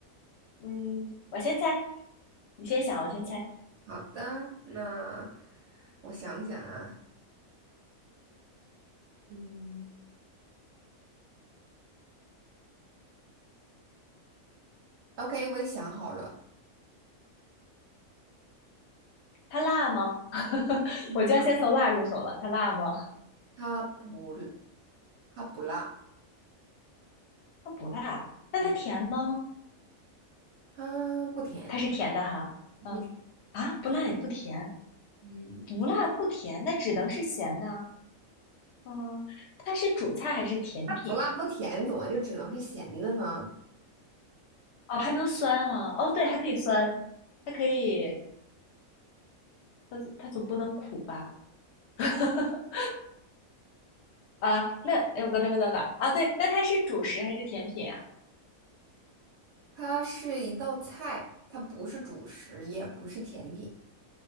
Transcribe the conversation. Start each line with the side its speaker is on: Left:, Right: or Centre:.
Left: 嗯，我先猜，你先想，我先猜。
Right: 好的，那我想想啊，嗯，OK，我也想好了，
Left: 它辣吗？<laughs>
Right: <laughs>
Left: 我就要先从辣入手了。它辣吗？
Right: 它不，它不辣，
Left: 它不辣。那它甜吗？
Right: 嗯，它不甜，
Left: 它是甜的哈。嗯，
Right: 不甜，
Left: 啊，不辣也不甜，
Right: 嗯，
Left: 不辣不甜，那只能是咸的啊。嗯，它是主菜还是甜品呀？
Right: 它不辣不甜，怎么就只能是咸的呢？
Left: 哦，还能酸哈？哦，对，还可以酸，它可以，它它总不能苦吧？<laughs> 啊，那哎，我刚才问到哪儿？啊，对，那它是主食还是甜品啊？
Right: 它是一道菜，它不是主食，也不是甜品。